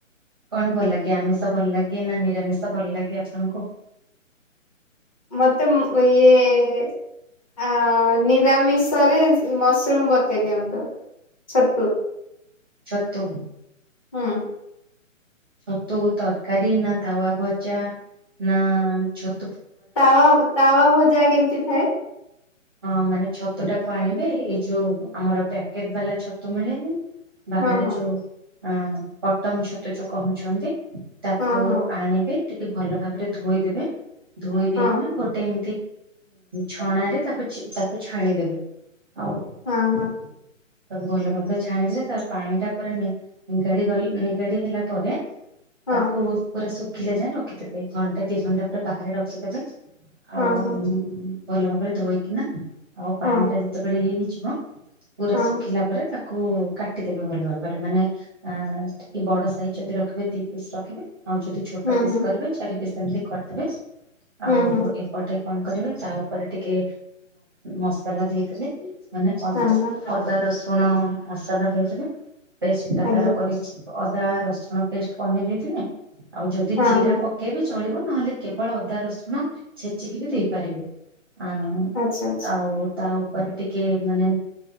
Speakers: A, on the right (about 20°); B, on the left (about 25°).
A: କଣ ଭଲ ଲାଗେ ଆମିଷ ଭଲ ଲାଗେ ନା ନିରାମିଷ ଭଲ ଲାଗେ ଆପଣଙ୍କୁ।
B: ମୋତେ ମ ଇ ଏ ଆ ନିରାମିଷରେ ମସରୁମ ବତେଇ ଦିଅନ୍ତୁ। ଚତ ପୁର।
A: ଛତୁ।
B: ହଁ।
A: ଛତୁ ତରକାରୀ ନା ତାୱା ଭଜା ନା ଛ
B: ତାୱା, ତାୱା ଭଜା କେମିତି ଥାଏ।
A: ହଁ ମାନେ ଛତୁ ଟାକୁ ଆଣିବେ ଏଇ ଯୋଉ ଆମର ପ୍ୟାକେଟ ବାଲା ଛତୁ ମିଳେନି ବାହାରେ
B: ହଁ ହଁ
A: ଯୋଉ ଅ ପଟମ ଛତୁ ଯୋଉ କହୁଛନ୍ତି ତାକୁ
B: ହଁ ହଁ
A: ଆଣିବେ ଟିକେ ଭଲ ଭାବରେ ଧୋଇଦେବେ ଧୋଇ ଦେଇକିନା
B: ହଁ
A: ଗୋଟେ ଏମ ଛଣା ରେ ତାକୁ ଛାଣିଦେବେ ଆଉ
B: ହଁ, ହଁ।
A: ତାକୁ ଭଲ ଭାବରେ ଛାଣି ଦେଲେ ତା ପାଣି ଟା ପୁରା ନି ନିଗାଡି ଗଲା ନିଗାଡି ହେଲା ପରେ
B: ହଁ
A: ତାକୁ ପୁରା ଶୁଖିଲେ ଯାଏଁ ରଖିଥବେ। ଘଣ୍ଟା ଦି ଘଣ୍ଟା ପୁରା ବାହାରେ ରଖିଦେବେ
B: ହଁ
A: ଆଉ
B: ହଁ
A: ଭଲ ଭାବରେ ଧୋଇକିନା ଆଉ ପାଣି
B: ହଁ
A: ଟା ଯେତେବେଳେ ଇଏ ହେଇ ଯିବ ପୁରା
B: ହଁ
A: ଶୁଖିଲା ପରେ ତାକୁ କାଟିଦବେ ଭଲ ଭାବରେ ମାନେ ଅ ଟିକେ ବଡ ସାଇଜ ଯଦି ରଖିବେ ଦି ପିସ୍ ରଖିବେ ଆଉ ଯଦି ଛୋଟ
B: ହୁଁ
A: ପିସ୍
B: ହୁଁ
A: କରିବେ ଚାରି ପିସ୍ ଏମିତି କରିଦବେ।
B: ହୁଁ
A: ଆଉ
B: ହୁଁ
A: ଏପଟେ କଣ କରିବେ ତା ଉପରେ ଟିକେ ମସଲା ଦେଇଦେବେ ମାନେ ଅଦା
B: ହଁ ହଁ
A: ଅଦା ରସୁଣ ମସଲା ଦେଇଦବେ ପେଷ୍ଟ ଟା
B: ଆଜ୍ଞା
A: ତାର କରିକି ଅଦା ରସୁଣ ପେଷ୍ଟ ବନେଇ ଦେଇେଇଥିବେ, ଆଉ ଯଦି
B: ହଁ
A: ଜିରା
B: ହଁ
A: ପକେଇବେ ଚଳିବ ନହେଲେ କେବଳ ଅଦା ରସୁଣ ଛେଚିକି ବି ଦେଇପାରିବେ। ଆ
B: ଆଚ୍ଛା ଆଚ୍ଛା
A: ଆଉ ତା ଉପରେ ଟିକେ ମାନେ